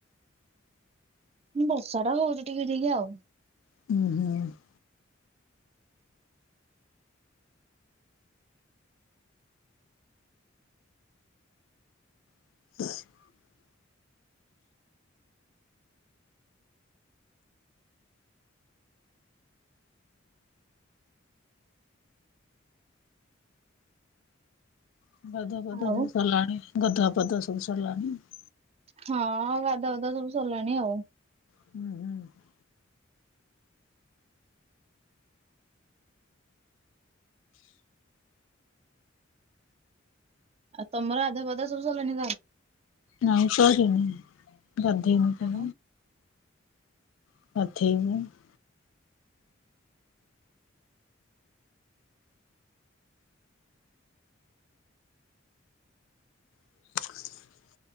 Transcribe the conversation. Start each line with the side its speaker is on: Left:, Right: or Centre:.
Right: ବର୍ଷାଟା ହଉଚି ଟିକେ ଟିକେ ଆଉ।
Left: <unintelligible> <inaudible> <inaudible>
Right: ଆଉ ହଁ, ଗାଧୁଆ ପାଧୁଆ ସବୁ ସର୍ଲାଣି ଆଉ।
Left: <inaudible>
Right: ଆଉ ତମର ଆଧୁଆ ପାଧୁଆ ସବୁ ସର୍ଲାଣି
Left: ନାଁଇ ସରିନି, ଗାଧେଇନି
Right: ହଁ
Left: <inaudible> <inaudible>